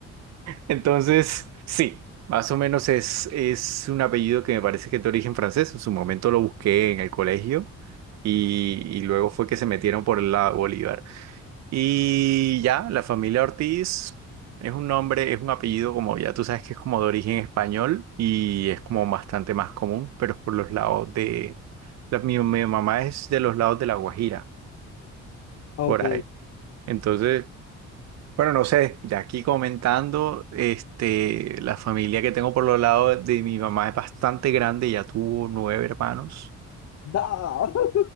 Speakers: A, on the right; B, on the left.
A: Entonces, sí, más o menos es, es un apellido que me parece que es de origen francés. En su momento lo busqué en el colegio y, y luego fue que se metieron por el lado Bolívar. Y ya, la familia Ortiz es un nombre, es un apellido como ya tú sabes que es como de origen español y es como bastante más común, pero es por los lados de... la- mi, mi mamá es de los lados de La Guajira,
B: Ok,
A: por ahí. Entonces... Bueno, no sé, ya aquí comentando, este, la familia que tengo por los lados de mi mamá es bastante grande, ya tuvo nueve hermanos
B: da, <laughs>